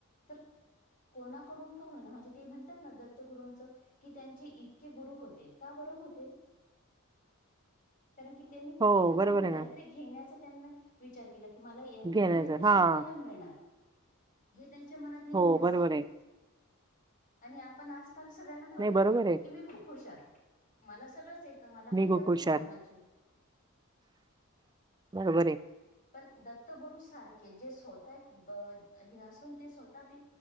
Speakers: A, on the left; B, on the right.
A: तर कोणाकडून का होय ना म्हणजे ते म्हणतात ना, दत्तगुरूचं कि त्यांचे इतके गुरु होते. का बरं होते?
B: <inaudible>
A: कारण की, त्यांनी प्रत्येकाकडून
B: हो, बरोबर आहे
A: काहीतरी
B: ना.
A: घेण्याचा त्यांना विचार केला. कि मला यांच्याकडून
B: घेण्याचं
A: काहीतरी
B: हां.
A: शिकायला मिळणार. हे त्यांच्या मनात नेहमी
B: हो,
A: असायचं.
B: बरोबर आहे.
A: आणि आपण आजकाल सगळ्यांना काय वाटतं.
B: नाही, बरोबर आहे.
A: की मी खूप हुशार मला सगळंच ये त मला
B: मी
A: काही
B: खूप
A: गरज
B: हुशार.
A: नाही कोणाची.
B: बरोबर आहे.
A: पण दत्तगुरू सारखे जे स्वतः अ असून ते स्वतः ते